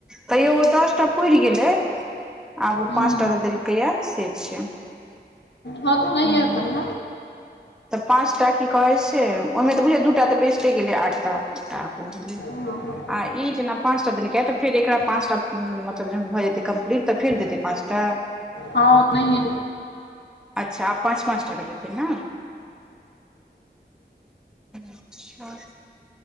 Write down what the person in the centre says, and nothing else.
तैयो ओ दसटा पुर गेलै। आब उ
पाँचटा जे देलकै या से छै।
ह
तऽ पाँचटा की कहै छै ओयमे तऽ बुझयै दूटा तऽ बेस्टे गेलै आठ टा टा अपन भेलै।
आ ई जेना पाँचटा देलकै तऽ फेर एकरा पाँचटा उम्म मतलब जहन भऽ जेतै कम्प्लीट तऽ फेर देतै पाँचटा।
अच्छा आब पाँच-पाँचटा के देतै ना। अच्छा